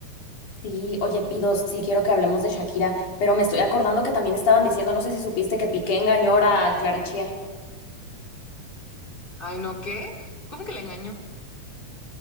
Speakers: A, on the left; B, on the left.
A: Sí, oye, Pidos, sí quiero que hablemos de Shakira, pero me estoy acordando que también estaban diciendo, no sé si supiste que Piqué engañó a Clara Chía.
B: Ay, no, ¿qué? ¿Cómo que le engañó?